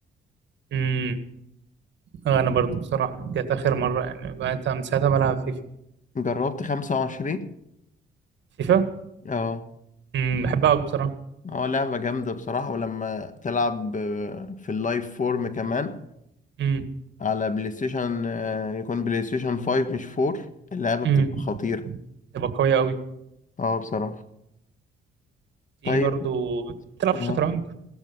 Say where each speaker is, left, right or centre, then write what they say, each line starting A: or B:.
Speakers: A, on the right (about 65°); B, on the left (about 40°).
A: مم. انا
B: يعني
A: برضو بصراحه كانت اخر مره يعني بقيت من ساعتها بلعب فيفا
B: جربت 25
A: فيفا
B: اه
A: مم. بحبها قوي بصراحه
B: اه لعبة جامدة بصراحة ولما تلعب آه، في اللايف فورم كمان
A: مم.
B: على بلاي ستيشن آه، يكون بلاي ستيشن 5 مش 4 اللعبة بتبقى
A: مم.
B: خطيرة
A: تبقى قويه قوي
B: اه بصراحة
A: في
B: طيب
A: برضو بتلعب
B: اه
A: شطرنج